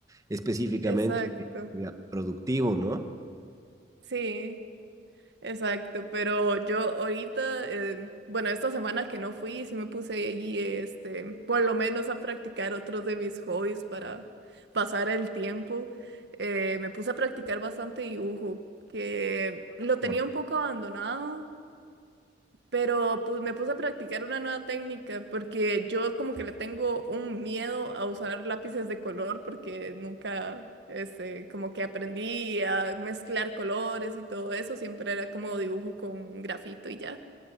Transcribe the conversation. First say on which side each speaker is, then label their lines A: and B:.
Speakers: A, on the right; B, on the right.
A: específicamente
B: exacto.
A: que sea productivo, ¿no?
B: Sí. Exacto, pero yo ahorita, eh, bueno, esta semana que no fui, sí me puse ahí, este, por lo menos a practicar otros de mis hobbies para pasar el tiempo. Eh, me puse a practicar bastante dibujo, que lo tenía
A: Wow.
B: un poco abandonado pero pues me puse a practicar una nueva técnica porque yo como que le tengo un miedo a usar lápices de color porque nunca, este, como que aprendí a mezclar colores y todo eso, siempre era como dibujo con grafito y ya.